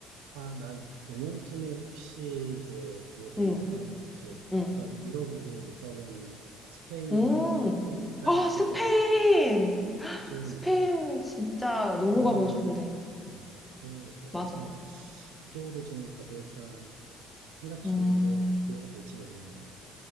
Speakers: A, on the right (about 85°); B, in the centre.
A: 아, 난 내년쯤에 혹시 이제 기회 되면,
B: 응,
A: 이제
B: 응,
A: 못 가고, 유럽으로 못 가본 스페인,
B: 음.
A: 포르투갈
B: 아,
A: 이쪽을
B: 스페인!
A: 갔다. 이쪽으로
B: 스페인
A: 못 가봐서,
B: 진짜 너무
A: 서유럽고,
B: 가보고 싶은데.
A: 음, 서울을 못 가봐서,
B: 맞아.
A: 이쪽으로 좀 가볼까 생각 중인데,
B: 음.
A: 기회가 될지 모르겠네.